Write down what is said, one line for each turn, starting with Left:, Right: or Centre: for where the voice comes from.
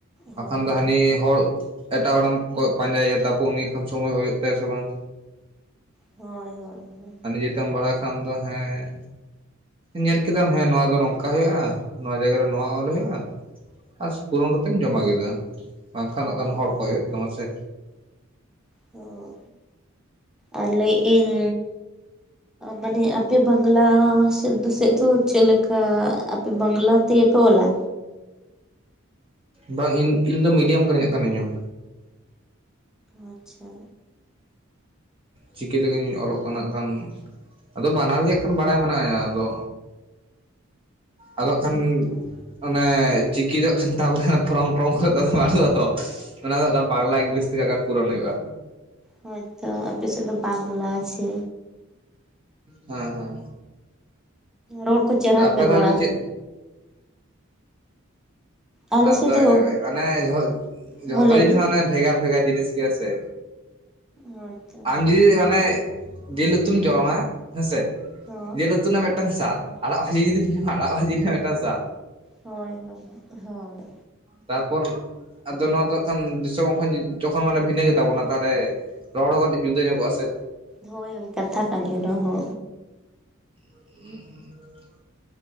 Right: ᱵᱟᱠᱷᱟᱱ
Centre: ᱦᱳᱭ
Right: ᱫᱚ ᱦᱟᱹᱱᱤ ᱦᱚᱲ ᱮᱴᱟᱜ ᱦᱚᱲᱮᱢ ᱠᱚᱭᱚᱜ ᱯᱟᱸᱡᱟᱭᱮᱭᱟ ᱛᱟᱯᱚᱨ ᱩᱱᱤ ᱠᱷᱟᱱ ᱥᱚᱢᱚᱭ ᱦᱩᱭᱩᱜ ᱛᱟᱭᱟ ᱥᱮ ᱵᱟᱝ
Centre: ᱦᱳᱭ ᱦᱳᱭ
Right: ᱟᱨ ᱱᱤᱡᱮᱛᱮᱢ ᱵᱟᱲᱟᱭ ᱠᱷᱟᱱ ᱫᱚ ᱦᱮᱸ ᱧᱮᱞ ᱠᱮᱫᱟᱢ ᱦᱮᱸ ᱱᱚᱣᱟ ᱫᱚ ᱱᱚᱝᱠᱟ ᱦᱩᱭᱩᱜᱼᱟ ᱱᱚᱣᱟ ᱡᱟᱭᱜᱟ ᱨᱮ ᱱᱚᱣᱟ ᱚᱞ ᱦᱩᱭᱩᱜᱼᱟ ᱟᱨ ᱯᱩᱨᱩᱱ ᱠᱟᱛᱮᱢ ᱡᱚᱢᱟ ᱠᱮᱫᱟ ᱵᱟᱝᱠᱷᱟᱱ
Centre: ᱦᱳᱭ
Right: ᱟᱜ ᱠᱷᱟᱱ
Centre: ᱦᱳᱭ
Right: ᱦᱚᱲ ᱠᱚᱭᱚᱜ ᱦᱩᱭᱩᱜ ᱛᱟᱢᱟ ᱥᱮ
Centre: ᱦᱚᱸ ᱟᱨ ᱞᱟᱹᱭᱮᱜ ᱤᱧ ᱢᱟᱱᱮ ᱟᱯᱮ ᱵᱟᱝᱞᱟ ᱥᱮᱫ ᱫᱚ ᱥᱮᱫ ᱫᱚ ᱪᱮᱫ ᱞᱮᱠᱟ ᱟᱯᱮ ᱵᱟᱝᱞᱟ ᱛᱮᱜᱮ ᱯᱮ ᱚᱞᱟ
Right: ᱵᱟᱝ ᱤᱧ ᱤᱧ ᱫᱚ ᱢᱤᱰᱤᱭᱟᱢ ᱠᱟᱹᱱᱟᱹᱧ ᱦᱟᱜᱠᱷᱟᱱ ᱤᱧ ᱫᱚ
Centre: ᱟᱪᱪᱷᱟ
Right: ᱪᱤᱠᱤ ᱛᱤᱜᱤᱧ ᱚᱞᱚᱜ ᱠᱟᱱᱟ ᱦᱟᱹᱜ ᱠᱷᱟᱱ ᱟᱫᱚ ᱵᱟᱱᱟᱨ ᱜᱮ ᱦᱟᱸᱜ ᱠᱷᱟᱱ ᱵᱟᱲᱟᱭ ᱢᱮᱱᱟᱭᱟ ᱟᱫᱚ ᱟᱫᱚ ᱦᱟᱸᱜ ᱠᱷᱟᱱ
Centre: ᱦᱳᱭᱛᱚ
Right: ᱚᱱᱮ ᱪᱤᱠᱤ ᱫᱚᱜ ᱠᱷᱟᱱ ᱛᱟᱵᱚᱞᱮ ᱯᱷᱨᱚᱢ ᱴᱨᱚᱢ ᱠᱚᱨᱮ ᱵᱟᱹᱱᱩᱜ ᱟᱛᱚ ᱚᱱᱟ ᱫᱚ ᱦᱟᱸᱜ ᱵᱟᱝᱞᱟ ᱤᱝᱞᱤᱥ ᱛᱮᱜᱮ ᱦᱟᱸᱜ ᱯᱩᱨᱚᱱ ᱦᱩᱭᱩᱜᱼᱟ
Centre: ᱦᱳᱭᱛᱚ ᱟᱯᱮ ᱥᱮᱫ ᱫᱚ ᱵᱟᱝᱞᱟ ᱥᱮ
Right: ᱦᱮᱸ ᱦᱮᱸ
Centre: ᱨᱚᱲ ᱠᱚ ᱪᱮᱨᱦᱟ
Right: ᱟᱯᱮ
Centre: ᱯᱮ ᱨᱚᱲᱟ
Right: ᱫᱷᱟᱨᱮ ᱫᱚ ᱪᱮᱫ
Centre: ᱟᱞᱮ
Right: ᱟᱫᱚ
Centre: ᱥᱮᱫ ᱫᱚ
Right: ᱟᱸᱡᱚᱢ ᱢᱮ ᱚᱱᱮ ᱡᱷᱚᱛᱚ ᱡᱷᱚᱛᱚ
Centre: ᱦᱚᱸ ᱞᱟᱹᱭ
Right: ᱡᱤᱱᱤᱥ
Centre: ᱵᱤᱱ
Right: ᱢᱟᱱᱮ ᱵᱷᱮᱜᱟᱨ ᱵᱷᱮᱜᱟᱨ ᱡᱤᱱᱤᱥ ᱜᱮᱭᱟ ᱥᱮ
Centre: ᱦᱳᱭᱛᱚ
Right: ᱟᱢ ᱡᱩᱫᱤ ᱢᱟᱱᱮ ᱡᱤᱞ ᱩᱛᱩᱢ ᱡᱚᱢᱟ ᱦᱮᱸᱥᱮ
Centre: ᱦᱚᱸ
Right: ᱡᱤᱞ ᱩᱛᱩ ᱨᱮᱱᱟᱜ ᱢᱤᱫᱴᱟᱝ ᱥᱟᱫᱽ ᱟᱲᱟᱜ ᱵᱷᱟᱹᱡᱤ ᱡᱩᱫᱤᱢ ᱡᱚᱢᱟ ᱟᱲᱟᱜ ᱵᱷᱟᱹᱡᱤ ᱨᱮᱱᱟᱜ ᱢᱤᱫᱴᱟᱝ ᱥᱟᱫᱽ
Centre: ᱦᱳᱭ ᱦᱳᱭ
Right: ᱛᱟᱨᱯᱚᱨ ᱟᱫᱚ ᱱᱚᱣᱟ ᱫᱚ ᱦᱟᱸᱜ ᱠᱷᱟᱱ ᱫᱤᱥᱚᱢ ᱡᱚᱠᱷᱚᱱ ᱢᱟᱱᱮ ᱵᱷᱤᱱᱟᱹ ᱜᱮᱛᱟᱵᱚᱱᱟ ᱛᱟᱦᱚᱞᱮ ᱨᱚᱲ ᱦᱚᱸ ᱠᱟᱹᱴᱤᱡ ᱡᱩᱫᱟᱹ ᱧᱚᱜᱚᱜᱼᱟ ᱥᱮ
Centre: ᱦᱳᱭ ᱦᱳᱭ ᱠᱟᱛᱷᱟ ᱠᱟᱱ ᱜᱮ ᱫᱚ ᱦᱳ
Right: <unintelligible>